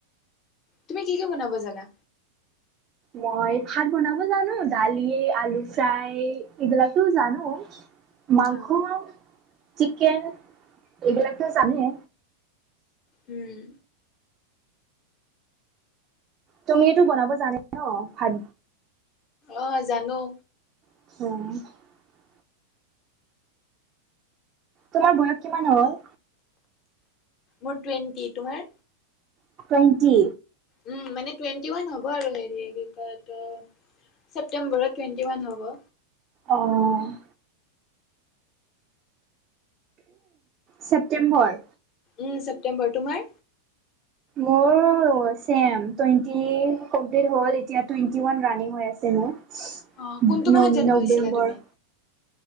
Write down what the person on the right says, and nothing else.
মই ভাত বনাব জানোঁ, দালি, আলু ফ্ৰাই এইবিলাকটো জানোঁ। মাংস,
চিকেন এইবিলাকটো জানে?
তুমিটো বনাব জানে ন! ভাত
অ'। তোমাৰ বয়স কিমান হ'ল?
টুৱেণ্টি।
অ'। ছেপ্তেম্বৰ
মোৰ ছেম টুৱেণ্টি কমপ্লিট হ'ল, এতিয়া টুৱেণ্টি ওৱান ৰাণিং হৈ আছে মোৰ। ন-নৱেম্বৰ